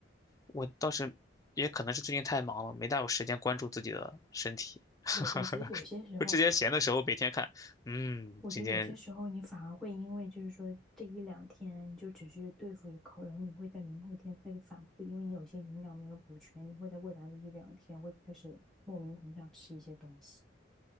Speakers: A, on the left; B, in the centre.
A: 我倒是也可能是最近太忙了，没大有时间关注自己的身体。<laughs>
B: 对，我觉得有些时候。
A: 我之前闲的时候每天看，嗯，
B: 我觉得有些时候你反而会因为就是说这一两天你就只是对付一口，
A: 今天
B: 然后你会在明后天开始反复，因为你有些营养没有补全，你会在未来的一两天会开始莫名很想吃一些东西。